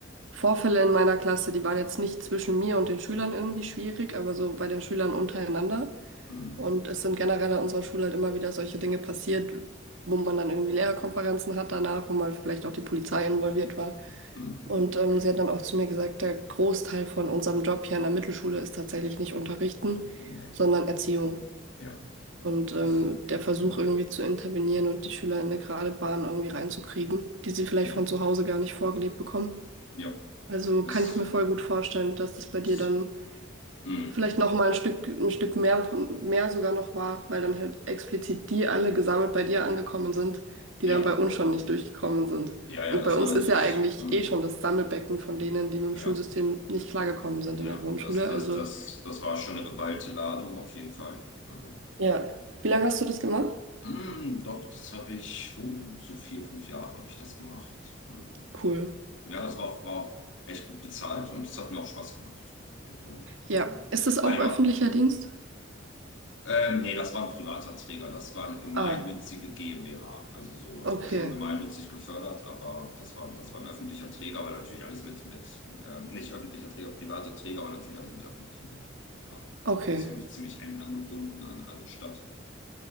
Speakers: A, on the right; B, on the left.
A: Vorfälle in meiner Klasse, die waren jetzt nicht zwischen mir und den Schülern irgendwie schwierig, aber so bei den Schülern untereinander.
B: Hm,
A: Und es sind generell an unserer Schule halt immer wieder solche Dinge passiert, wo man dann irgendwie Lehrerkonferenzen hat danach, wo man vielleicht auch die Polizei involviert war.
B: hm,
A: Und ähm, sie hat dann auch zu mir gesagt, der Großteil von unserem Job hier an der Mittelschule ist tatsächlich nicht unterrichten,
B: nee,
A: sondern Erziehung.
B: ja,
A: Und ähm,
B: ist,
A: der Versuch
B: hm,
A: irgendwie zu intervenieren und die Schüler in eine gerade Bahn irgendwie reinzukriegen, die sie vielleicht
B: hm,
A: von zu Hause gar nicht vorgelebt bekommen.
B: ja,
A: Also
B: ist,
A: kann ich mir voll gut vorstellen, dass das bei
B: ist,
A: dir dann
B: hm,
A: vielleicht noch mal ein Stück, ein Stück mehr, von- mehr sogar noch war, weil dann halt explizit die alle gesammelt bei dir angekommen sind, die
B: ja,
A: dann bei uns schon nicht durchgekommen sind.
B: ja,
A: Und
B: ja, das
A: bei uns
B: war
A: ist
B: natürlich,
A: ja eigentlich
B: hm,
A: eh schon das Sammelbecken von denen, die mit dem
B: ja,
A: Schulsystem nicht klargekommen sind
B: ja,
A: in der Grundschule.
B: das, das,
A: Also
B: das, das war schon eine geballte Ladung, auf jeden Fall. Also,
A: Ja. Wie lange hast du das gemacht?
B: hm, doch, das habe ich, uh, so vier, fünf Jahre habe ich das gemacht. Hm.
A: cool.
B: Ja, das war auch, war auch echt gut bezahlt und es hat mir auch Spaß gemacht. Also,
A: Ja,
B: ähm,
A: ist das auch
B: aber ich
A: öffentlicher
B: war,
A: Dienst?
B: Ähm, nee, das war ein privater Träger. Das war eine gemeinnützige
A: Ah,
B: GmbH. Also so, so
A: Okay,
B: schon gemeinnützig gefördert, aber das war, das war ein öffentlicher Träger, weil natürlich alles mit, mit ähm, nicht öffentlicher Träger, privater Träger, aber natürlich alles mit öffentlichen Mitteln. Klar.
A: okay,
B: Also ziemlich, ziemlich eng angebunden an alle Stadt.